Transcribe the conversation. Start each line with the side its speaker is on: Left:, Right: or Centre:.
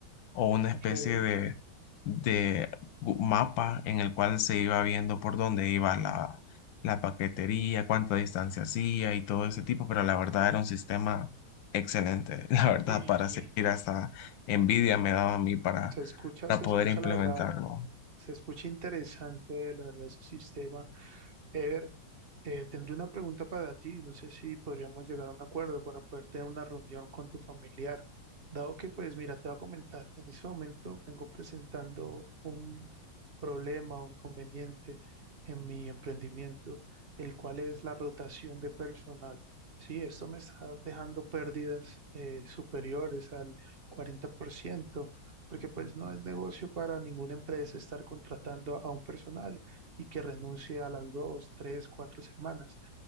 Left: o una especie
Right: Ok,
Left: de, de gu- mapa en el cual se iba viendo por dónde iba la, la paquetería, cuánta distancia hacía y todo ese tipo, pero la verdad era un sistema excelente. <laughs> La verdad,
Right: Y
Left: para seguir hasta envidia me daba a mí para,
Right: se escucha,
Left: para
Right: se
Left: poder
Right: escucha
Left: implementarlo.
Right: la verdad, se escucha interesante la verdad ese sistema. Eder, eh, tendré una pregunta para ti. No sé si podríamos llegar a un acuerdo para poder tener una reunión con tu familiar. Dado que, pues, mira, te voy a comentar, en ese momento vengo presentando un problema o inconveniente en mi emprendimiento, el cual es la rotación de personal. Sí, esto me está dejando pérdidas eh, superiores al 40%, porque pues no es negocio para ninguna empresa estar contratando a un personal y que renuncie a las dos, tres, cuatro semanas.